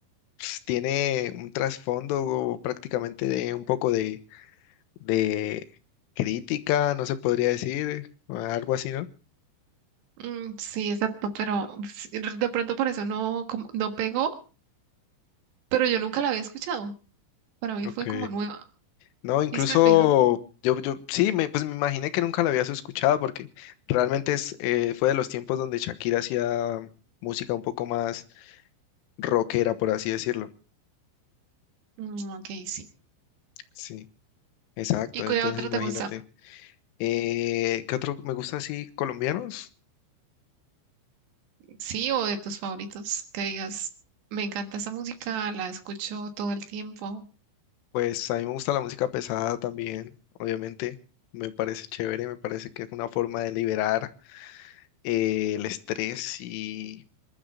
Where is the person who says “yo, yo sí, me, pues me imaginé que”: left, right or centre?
Left